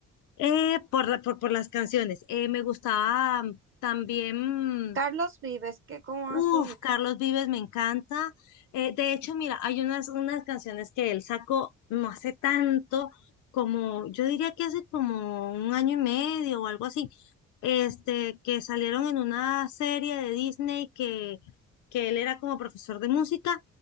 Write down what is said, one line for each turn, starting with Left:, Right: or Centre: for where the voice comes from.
Left: Eh, por, la- por, por las canciones. Eh, me gustaba mm, también,
Right: Carlos Vives, que como
Left: uff,
Right: así,
Left: Carlos Vives me encanta. Eh, de hecho, mira, hay unas, unas canciones que él sacó no hace tanto, como yo diría que hace como un año y medio o algo así, este, que salieron en una serie de Disney que, que él era como profesor de música.